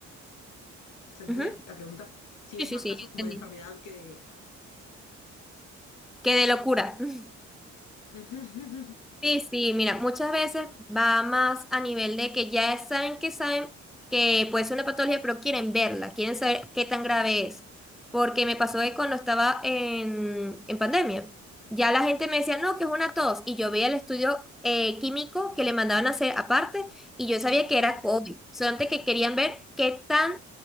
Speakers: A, on the left; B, in the centre.
A: ¿se entiende
B: ujú.
A: la pregunta? Si ves
B: Sí, sí,
A: más
B: sí,
A: casos
B: ya
A: como de
B: entendí.
A: enfermedad que de...
B: Qué de locura. <laughs>
A: <laughs>
B: Sí, sí, mira, muchas veces va más a nivel de que ya saben que saben que puede ser una patología, pero quieren verla, quieren saber qué tan grave es. Porque me pasó que cuando estaba en, en pandemia, ya la gente me decía, no, que es una tos, y yo veía el estudio eh, químico que le mandaban a hacer aparte, y yo sabía que
A: Claro.
B: era COVID, solamente que querían ver qué tan